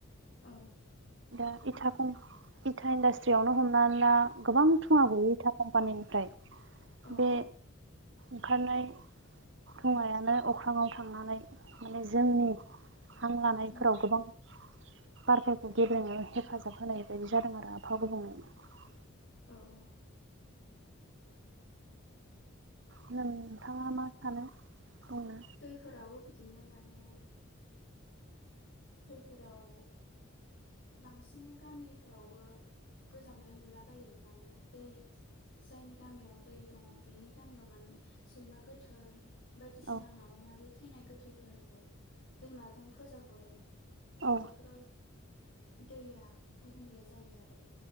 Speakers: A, on the left (about 60°); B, on the right (about 60°).
A: औ।
B: दा इथा खम इथा इन्डासट्रियावनो हमनानै ला गोबां धुङा
A: उम
B: गयो इथा कम्पानिनिफ्राय
A: औ
B: बे
A: औ
B: ओंखारनाय धुङायानो अख्राङाव थांनानै माने जोंनि हां लानायफोराव
A: उम
B: गोबां बारफोरखौ गेब्रेनायाव हेफाजाब होनाय बायदि जादों आरो आफावा गुबुंनाआ।
A: औ औ।
B: जों नोंथाङा मा सानो? बुंनो
A: दैफोराबो बिदिनो माने दैफोराव बांसिन गामिफ्रावबो गोजावनाय नुलाबायो, माने दै जायनि गामियाव दै दङ बेनि गामियाव माने सैमा गोथै बायदिसिना
B: औ
A: माबा माबि थैनाय गोथैफोरखौ दैमाजों फोजावहरो।
B: औ
A: बेफोराव दैया गुबुंले जायो आरो।